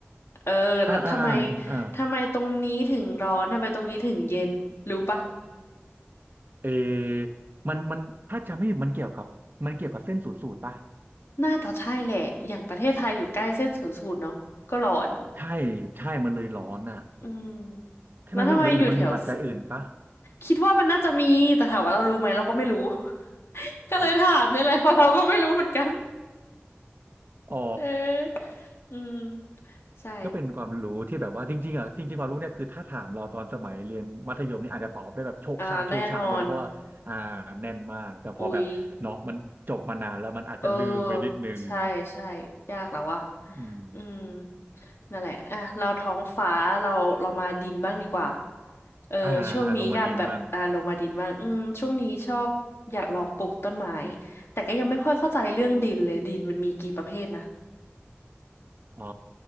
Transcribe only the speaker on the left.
เออแล้วทำไม
ทำไมตรงนี้ถึงร้อนทำไมตรงนี้ถึงเย็นรู้ปะ
น่าจะใช่แหละ อย่างประเทศไทยอยู่ใกล้เส้นศูนย์สูตรเนาะก็ร้อน
อืม
แล้วทำไมอยู่แถวคิดว่ามันน่าจะมี แต่ถามว่าเรารู้ไหมเราก็ไม่รู้ <laughs> ก็เลยถามเนี่ยแหละเพราะเราก็ไม่รู้เหมือนกัน
<laughs> เออ อืม ใช่
อ่า แน่นอน อุ๊ย เออใช่ใช่ยากแล้วอะ
อืมนั่นแหละอ่ะเราท้องฟ้าเราเรามาดินบ้างดีกว่าเออช่วงนี้อยากแบบอ่าลงมาดินบ้างอืมช่วงนี้ชอบอยากลองปลูกต้นไม้
แต่ก็ยังไม่ค่อยเข้าใจเรื่องดินเลยดินมันมีกี่ประเภทนะ